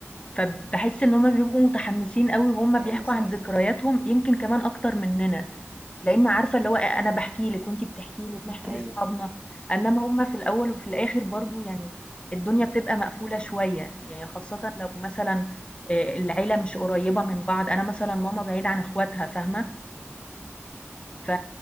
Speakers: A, on the left; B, on the right.
A: فباحس إن هُم بيبقوا متحمّسين أوي وهُم
B: ايوه
A: بيحكوا
B: صح
A: عن ذكرياتهم يمكن كمان أكتر مننا. لإن عارفة اللي هو أ أنا باحكي لِك وأنتِ بتحكي لي، بنحكي
B: ايوه
A: لأصحابنا، إنّما هُم في الأول وفي الآخر برضه يعني الدنيا بتبقى مقفولة شوية، يعني خاصةً لو مثلًا آآ العيلة مش قريّبة من بعض، أنا مثلًا ماما بعيدة عن إخواتها فاهمة؟ ف